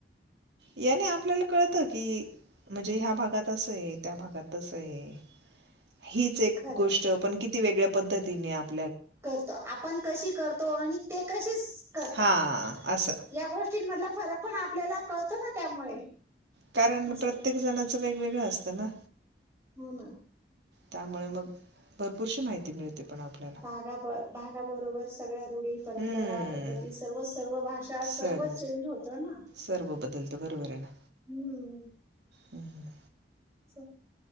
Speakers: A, on the right; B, on the right.
A: याने आपल्याला कळतं की म्हणजे ह्या भागांत असंय त्या भागांत तसंय हीच एक
B: खरं
A: गोष्ट पण किती वेगळ्या पद्धतीने आप
B: करतो आपण कशी करतो आणि ते कशी करतात
A: हां असं
B: या गोष्टी मधला फरक पण आपल्याला कळतो ना त्यामुळे
A: कारण
B: असं
A: प्रत्येक जणाचं वेगवेगळं असतं ना
B: हो ना
A: त्यामुळे मग भरपूरशी माहिती मिळते पण आपल्याला
B: भागाब भागाबरोबर सगळ्या रूढी परंपरा
A: हम्म
B: पद्धती सर्व सर्व भाषा
A: सर
B: सर्वच चेंज होतं ना
A: सर्व बदलतं बरोबर हे ना
B: हम्म
A: हम्म
B: च